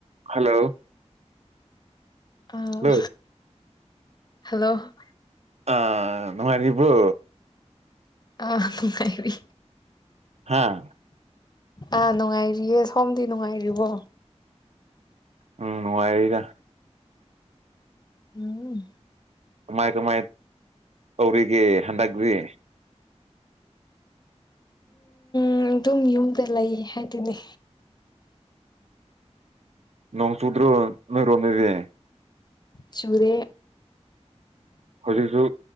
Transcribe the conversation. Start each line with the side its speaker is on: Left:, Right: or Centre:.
Right: hello
Left: ꯑ
Right: hello
Left: hello
Right: ꯑ ꯅꯨꯡꯉꯥꯏꯅꯤꯕ꯭ꯔꯣ
Left: ꯑ ꯀꯔꯤ
Right: ꯑꯥ
Left: ꯑꯥ ꯅꯨꯡꯉꯥꯏꯔꯤꯌꯦ ꯁꯣꯝꯗꯤ ꯅꯨꯡꯉꯥꯏꯔꯤꯕꯣ
Right: ꯎꯝ ꯅꯨꯡꯉꯥꯏꯔꯤꯗ
Left: ꯎꯝ
Right: ꯀꯃꯥꯏ ꯀꯃꯥꯏ ꯇꯧꯔꯤꯒꯦ ꯍꯟꯗꯛꯒ꯭ꯔꯤ
Left: ꯎꯝ ꯑꯗꯨꯝ ꯌꯨꯝꯗ ꯂꯩ ꯍꯥꯏꯗꯨꯅꯤ
Right: ꯅꯣꯡ ꯆꯨꯗ꯭ꯔꯣ ꯅꯣꯏ ꯔꯣꯝꯗꯗꯤ
Left: ꯆꯨꯨꯔꯦ
Right: ꯍꯧꯖꯤꯛꯁꯨ